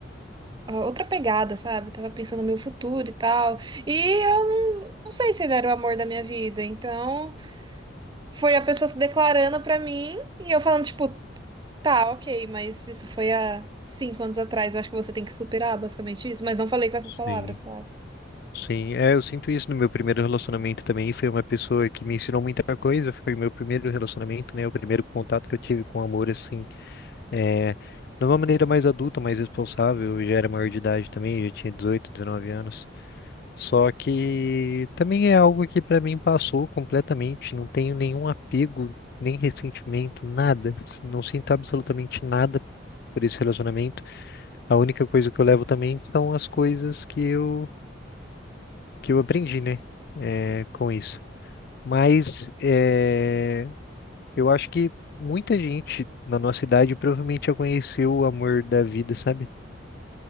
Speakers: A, on the right; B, on the left.
A: ah, outra pegada, sabe? Tava pensando no meu futuro e tal, e eu não, não sei se ele era o amor da minha vida, então foi a pessoa se declarando pra mim e eu falando, tipo, Tá, ok, mas isso foi há cinco anos atrás. Eu acho que você tem que superar basicamente isso. Mas não falei com essas palavras,
B: sim.
A: claro.
B: Sim, é, eu sinto isso no meu primeiro relacionamento também. Foi uma pessoa que me ensinou muita coisa. Foi meu primeiro relacionamento, né? O primeiro contato que eu tive com amor, assim, é, de uma maneira mais adulta, mais responsável. Eu já era maior de idade também, já tinha 18, 19 anos. Só que também é algo que pra mim passou completamente. Não tenho nenhum apego, nem ressentimento, nada. Não sinto absolutamente nada por esse relacionamento. A única coisa que eu levo também são as coisas que eu que eu aprendi, né, é, com isso. Mas é, eu acho que muita gente na nossa idade provavelmente já conheceu o amor da vida, sabe?